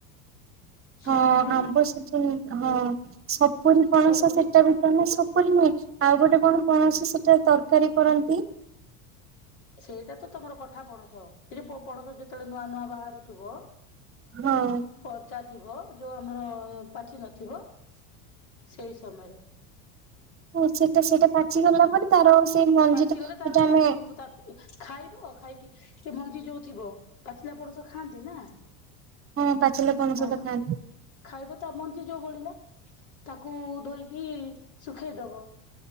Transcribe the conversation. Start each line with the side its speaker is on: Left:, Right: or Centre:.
Left: ସପୁରୀ
Right: ହଁ ଆମ୍ବ ସିଜନ ହଁ। ସପୁରି ପଣସ
Left: ସପୁରୀ
Right: ସେଟା ବି ତ ନା ସପୁରୀ ନୁହେଁ ଆଉ ଗୋଟେ କଣ ପଣସ ସେଟା। ତରକାରୀ କରନ୍ତି।
Left: ସେଇଟା ତ ତମର କଠା ପଣସ ଏ ଯୋଉ ପ ପଣସ ଯେ ଯେତେବେଳେ ନୂଆ ନୂଆ ବାହାରୁଥୁବ
Right: ହଁ
Left: କଞ୍ଚା ଥିବ। ଯୋଉ ଆମର ପାଚି ନଥିବ ସେଇ ସମୟରେ।
Right: ଓ ସେଟା ସେଇଟା ପାଚିଗଲା ପରେ ତାର ସେଇ ମଞ୍ଜି
Left: ପାଚିଗଲେ
Right: ଟା ସେଟା
Left: ତାର ମଞ୍ଜି
Right: ଆମେ
Left: ପୋ ତା ପି ଏ। ଖାଇବ ଖାଇକି ସେ ମଞ୍ଜି ଯୋଉ ଥିବ ପାଚିଲା ପଣସ ଖାଆନ୍ତି ନା।
Right: ହଁ ପାଚିଲା ପଣସ
Left: ହଁ
Right: ତ ଖାଆନ୍ତି।
Left: ଖାଇବ ତା ମଞ୍ଜି ଯୋଉ ବଳିଲା ତାକୁ ଧୋଇକି ଶୁଖେଇ ଦବ।